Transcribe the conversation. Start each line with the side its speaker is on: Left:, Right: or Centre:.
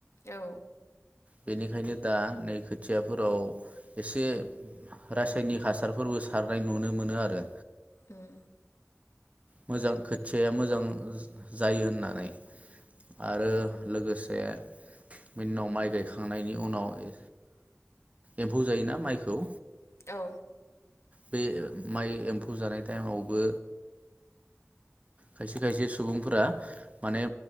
Left: औ
Right: बेनिखायनो दा नै खोथियाफोराव एसे रासायनिक हासारफोरबो सारनाय नुनो मोनो आरो
Left: उम
Right: मोजां खोथियाया मोजां जायो होननानै आरो लोगो से बिनि उनाव माइ गायखांनायनि उनाव ओ एमफौ जायोना माइखौ
Left: औ
Right: बे माइ एमफौ जानाय टाइमावबो खायसे खायसे सुबुंफोरा माने